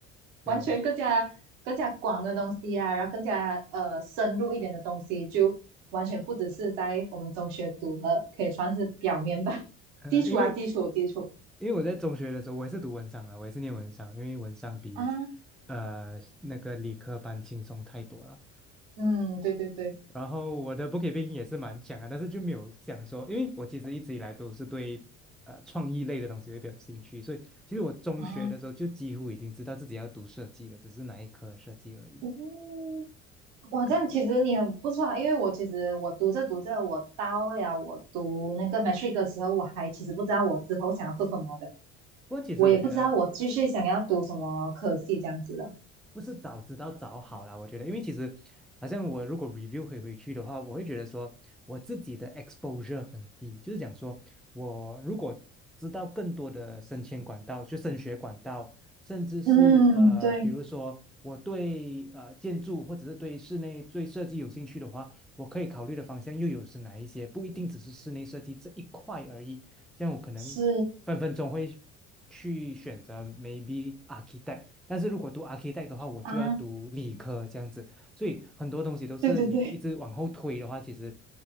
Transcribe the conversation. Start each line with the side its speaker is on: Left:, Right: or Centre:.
Centre: 明白。
Right: 完全更加更加广的东西啊，然后更加呃深入一点的东西，就完全不只是在我们中学读的，可以算是表面吧，
Centre: 呃，
Right: 基础啊，
Centre: 因为
Right: 基础基础
Centre: 因为我在中学的时候，我也是读文商的，我也是念文商，因为文商比
Right: 啊，
Centre: 呃那个理科班轻松太多了。
Right: 嗯，对对对
Centre: 然后我的 bookkeeping 也是蛮强啊，但是就没有想说，因为我其实一直以来都是对呃创意类的东西会比较有兴趣，所以其实我中学的时候就几乎已经知道自己要读设计了，
Right: 啊，
Centre: 只是哪一科设计而已。
Right: 嗯。哇，
Centre: 呃，
Right: 这样其实你很不错啊，因为我其实我读着读着，我到了我读那个 matric 的时候，我还其实不知道我之后想要做什么的，
Centre: 不过其实我觉得
Right: 我也不知道我继续想要读什么科系这样子的。
Centre: 不是早知道早好啦，我觉得，因为其实好像我如果 review 回回去的话，我会觉得说我自己的 exposure 很低，就是讲说我如果知道更多的升迁管道，就升学管道，甚至是呃，
Right: 嗯，对，
Centre: 比如说我对呃建筑或者是对室内对设计有兴趣的话，我可以考虑的方向又有是哪一些？不一定只是室内设计这一块而已。这样我可能分分钟会去选择
Right: 是
Centre: maybe architect，但是如果读 architect 的话，我就要读理科这样子，
Right: 啊，
Centre: 所以很多东西都是你一直往后推的话，
Right: 对对对，
Centre: 其实